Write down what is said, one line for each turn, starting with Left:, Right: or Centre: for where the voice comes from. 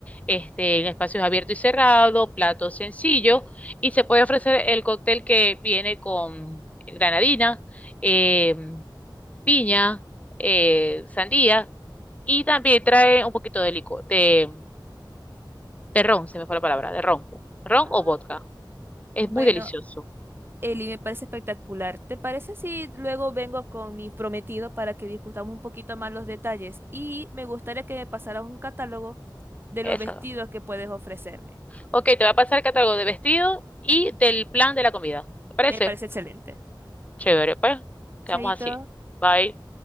Left: este, en espacios abiertos y cerrados, platos sencillos, y se puede ofrecer el cóctel que viene con granadina, em, piña, eh, sandía y también
Right: Ah,
Left: trae un poquito de licor, de, de ron, se me fue la palabra, de ron, ron
Right: ah.
Left: o vodka. Es
Right: Bueno,
Left: muy delicioso.
Right: Eli, me parece espectacular. ¿Te parece si luego vengo con mi prometido para que discutamos un poquito más los detalles? Y me gustaría que me pasaras un catálogo de los
Left: Esa.
Right: vestidos que puedes ofrecerme.
Left: Ok, te voy a pasar el catálogo de vestido y del plan de la comida. ¿Te parece?
Right: Me parece excelente.
Left: Chévere, pues. Quedamos
Right: Chaito.
Left: así. Bye.